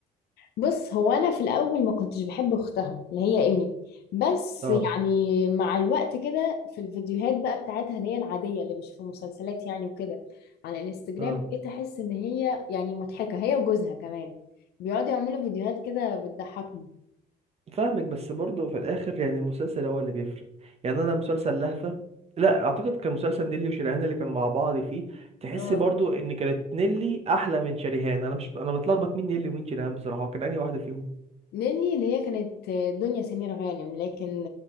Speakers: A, on the left; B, on the right.
A: بص هو انا في الاول ما كنتش بحب اختها اللي هي ايمي بس
B: اه
A: يعني مع الوقت كده في الفيديوهات بقى بتاعتها اللي هي العاديه اللي مش في مسلسلات يعني وكده على انستجرام
B: اه
A: بقيت احس ان هي يعني مضحكه هي وجوزها كمان بيقعدوا يعملوا فيديوهات كده بتضحكني
B: فاهمك بس برضه في الاخر يعني المسلسل هو اللي بيفرق يعني انا مسلسل لهفة لا اعتقد كان مسلسل نيلي وشريهان اللي كانوا مع بعض فيه تحس
A: اه
B: برضه ان كانت نيلي احلى من شريهان انا مش انا متلخبط مين نيلي ومين شريهان بصراحة كان انهي واحدة فيهم
A: ناني اللي هي كانت دنيا سمير غانم لكن